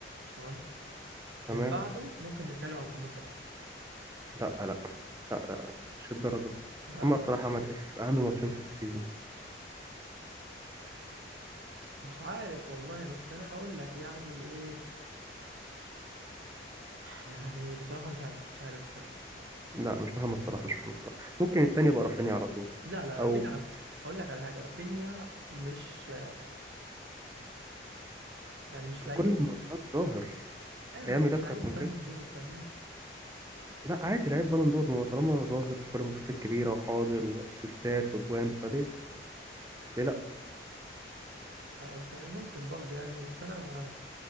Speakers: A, on the right; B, on the right.
A: تمام
B: تمام
A: من بعده ممكن نتكلم على محمد صلاح
B: لا لا لا لا مش الدرجه
A: لا
B: محمد
A: لا
B: صلاح عمل اف اهم ماتشين في السيزون
A: مش عارف والله بس انا هقول لك يعني الايه يعني بصراحه مش عارف مش عارف بصراحه
B: لا مش محمد صلاح مش محمد صلاح ممكن التاني يبقى رافينيا على طول
A: لا لا رافينيا
B: او
A: عارف. هقول لك على حاجه رافينيا مش يعني مش
B: في
A: لعيب
B: كل الماتشات ظاهر
A: ايوه
B: هيعمل
A: بس مش
B: اكتر
A: لعيب
B: من
A: بالون
B: كده
A: دور فاهمني
B: لا عادي لعيب بالون دور ما هو طالما ظاهر في كل الماتشات الكبيره وحاضر واسيستات واجوان فليه ليه لا
A: مش عارف يعني ممكن برضو يعني بس انا